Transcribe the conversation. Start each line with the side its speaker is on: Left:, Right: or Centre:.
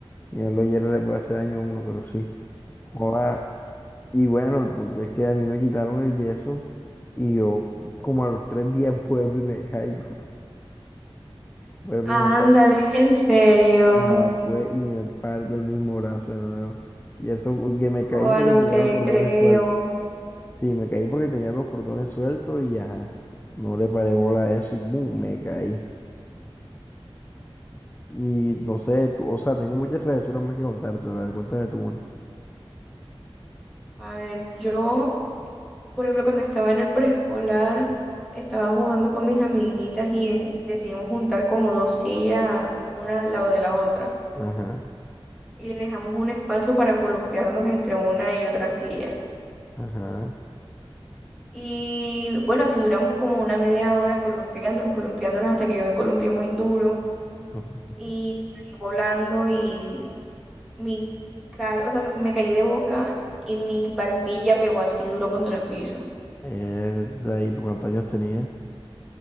Left: ni a los hierros le puede hacer daño a uno, pero sí. Joda, Y bueno, el punto es que a mí me quitaron el yeso y yo como a los tres días <laughs> vuelvo y me caigo. Vuelvo
Centre: Ándale,
Left: y me caí.
Centre: en serio.
Left: Ajá, pues, y me parto el mismo brazo de nuevo. Y eso porque me caí
Centre: Juan,
Left: porque
Centre: no
Left: tenía
Centre: te
Left: los cordones
Centre: creo.
Left: sueltos. Sí, me caí porque tenía los cordones sueltos y ajá, no le paré bola a eso y boom, me caí. Y no sé, tú, o sea, tengo muchas travesuras más que contarte, pero cuéntame tú una.
Centre: A ver, yo. Por ejemplo, cuando estaba en el preescolar, estaba jugando con mis amiguitas y en- decidimos juntar como dos sillas, una al lado de la otra.
Left: Ajá,
Centre: Y le dejamos un espacio para columpiarnos entre una y otra silla.
Left: ajá.
Centre: Y bueno, así duramos como una media hora columpiándonos, columpiándonos hasta que yo me columpié muy duro
Left: <laughs>
Centre: y salí volando y mi cara, o sea, me, me caí de boca y mi barbilla pegó así duro contra el piso.
Left: Mierda, ¿y tú cuántos años tenías?